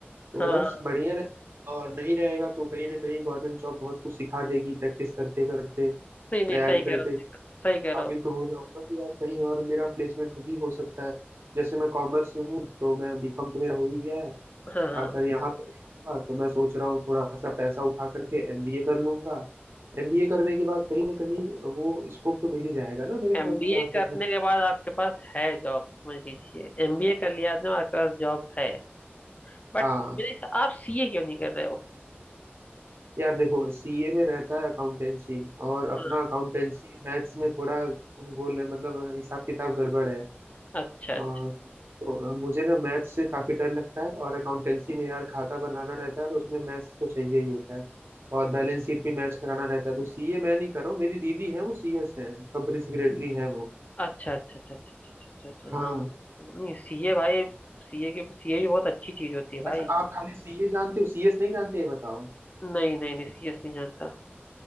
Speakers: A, on the right; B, on the left.
A: तो
B: हाँ
A: बस
B: हाँ
A: बढ़िया रहे और नहीं रहेगा तो कहीं ना कहीं गवर्नमेंट जॉब बहुत कुछ सिखा देगी प्रैक्टिस करते करते
B: नहीं नहीं
A: तैयारी
B: सही
A: करते
B: कह रहे हो सही कह सही कह
A: काबिल
B: रहे हो
A: तो हो जाऊंगा कि यार कहीं और मेरा प्लेसमेंट भी हो सकता है जैसे मैं कॉमर्स से हूँ तो मैं बीकॉम तो मेरा हो ही गया है
B: हाँ हाँ
A: अगर यहाँ पे नहीं होगा तो मैं सोच रहा हूँ थोड़ा सा पैसा उठा करके एमबीए कर लूंगा एमबीए करने के बाद कहीं ना कहीं वो स्कोप तो मिल ही जाएगा ना मेरे ख्याल
B: एमबीए
A: से जहाँ
B: करने
A: तक मुझे
B: के बाद आपके पास है जॉब समझ लीजिए एमबीए कर लिया आपने आपके पास जॉब है बट
A: हाँ
B: आप सीए क्यों नहीं कर रहे हो
A: यार देखो सीए में रहता है अकाउंटेंसी और अपना
B: हाँ
A: अकाउंटेंसी मैथ्स में थोड़ा गोल है मतलब हिसाब किताब गड़बड़ है अ,
B: अच्छा
A: तो
B: अच्छा
A: अ, मुझे ना मैथ्स से काफी डर लगता है और अकाउंटेंसी में यार खाता बनाना रहता है तो उसमें मैथ्स तो चाहिए ही होता है और बैलेंस शीट भी मैच कराना रहता है तो सीए मैं नहीं कर रहा हूँ मेरी दीदी है वो सीएस है कंपनी सेक्रेटरी है वो
B: अच्छा अच्छा अच्छा अच्छा अच्छा अच्छा अच्छा,
A: हाँ
B: हाँ। नहीं सीए भाई सीए के सीए भी बहुत अच्छी चीज होती है भाई
A: अच्छा आप खाली सीए जानते हो सीएस नहीं जानते ये बताओ
B: नहीं नहीं नहीं सीएस नहीं जानता